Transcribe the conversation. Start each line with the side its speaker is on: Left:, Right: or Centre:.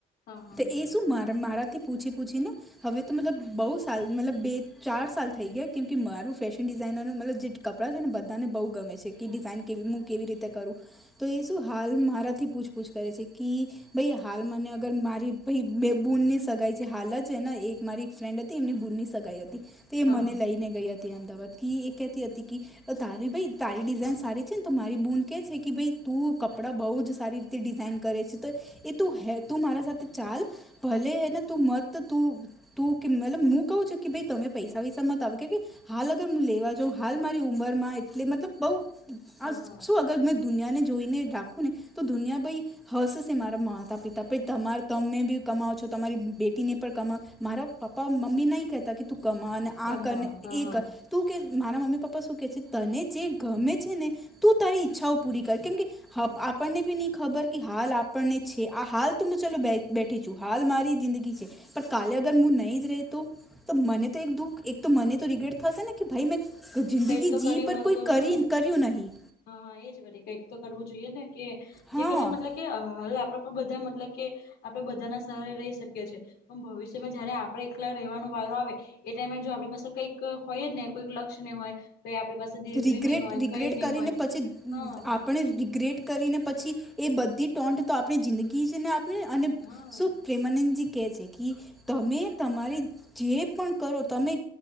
Left: હા હા
Centre: તો
Left: બરાબર
Centre: એ શું મારા મારાથી પૂછી પૂછીને હવે તો મતલબ બહુ સાલ મતલબ બે ચાર સાલ થઈ ગયા કેમ કે મારું ફેશન ડિઝાઇનર ન મતલબ જે કપડાં છે ને બધાને બહુ ગમે છે કે ડિઝાઇન કેવી હું કેવી રીતે કરું તો એ શું હાલ મારાથી પૂછપૂછ કરે છે કે ભાઈ હાલ મને અગર મારી બે બૂનની સગાઈ છે હાલ જ ને એક મારી ફ્રેન્ડ એમની બૂની સગાઈ હતી તે એ
Left: હા
Centre: મને
Left: હા
Centre: લઈને ગઈ હતી અમદાવાદ કે એ કતી હતી તારી ભાઈ તારી ડિઝાઇન સારી છે ને તો મારી બૂલ કહે છે કે ભ તું કપ કપડાં બહુ જ સારી રીતે ડિઝાઇન કરે છે તો એ તું હે તું મારા સાથે ચાલ ભલેને તું મત તું તું મલ હું કવું છ કે ભ તમે પૈસા વૈસા મત આવે કે હાલ અગર હું લેવા જાઉં હાલ મારી ઉંમરમાં એટલે મતલબ બહુ આ
Left: હા હા
Centre: શું અગર મેં દુનિયાને જોઈને રાખવું ને તો દુનિયાભાઈ હશેશે મારા માતા પિતા ભાઈ તમાર તમે બી કમાવો છો તમારી બેટીને પણ કમાવ મારા પપ્પા મમ્મી નહીં કહેતા કે તું કમા ને આ
Left: કમા
Centre: કર ને
Left: હા
Centre: એ
Left: હા
Centre: કર તું કે મારા મમ્મી પપ્પા શું કે છે તને જે ગમે છે ને તું તારી ઈચ્છાઓ પૂરી કર કેમ કે હ આપણને ભી નહી ખબર કે હાલ આપણને છે આ હાલ તો હું ચાલ બેઠી છું. હાલ મારી જિંદગી છે પણ કાલે
Left: હા
Centre: અગર
Left: હા
Centre: હું નહીં જ રહે તો તો મને તો એક દુઃખ એક તો મને તો રિગ્રેટ થશે ને કે ભાઈ મેં જિંદગી
Left: કઈક તો
Centre: જી
Left: કર્યું
Centre: પર
Left: હોત
Centre: કોઈ
Left: તો
Centre: કરી
Left: હા
Centre: કર્યું નહીં.
Left: હા હા એ જ મરે કંઈક તો કરવું જોઈએ ને કે
Centre: હા
Left: જે કરી મતલબ કે આપણા પર બધા મતલબ કે આપણે બધાના સહારે રહી શકીએ છીએ પણ ભવિષ્યમાં જયારે આપણે એકલા રહેવાનો વારો આવે એ ટાઈમે જો આપણી પાસે કંઈક હોય ને કોઈક લક્ષ નહી હોય તો એ આપણી પાસે દીગરી
Centre: રિગ્રેટ
Left: નહી હોય
Centre: રિગ્રેટ
Left: કયું નહી
Centre: કરીને
Left: હોય
Centre: પછી
Left: હા
Centre: આપણે રિગ્રેટ કરીને પછી એ બધી ટોન્ટ તો આપણી જિંદગી જને આપ અને
Left: હા
Centre: શું પ્રેમાનંદજી કે છે કે તમે તમારી જે પણ કરો તમે